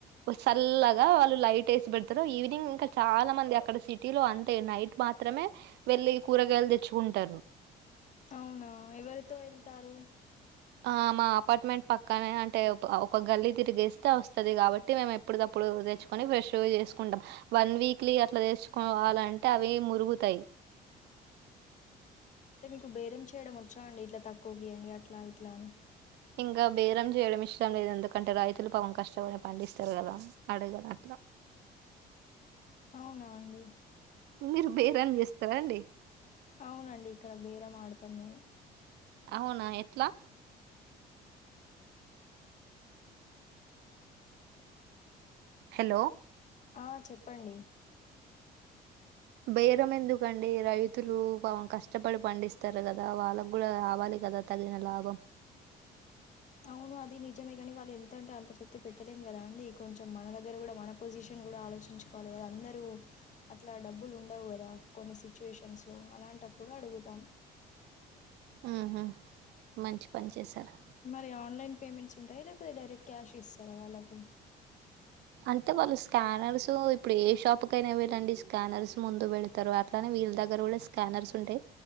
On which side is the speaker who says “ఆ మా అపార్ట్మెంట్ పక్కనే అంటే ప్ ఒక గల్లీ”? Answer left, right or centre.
Right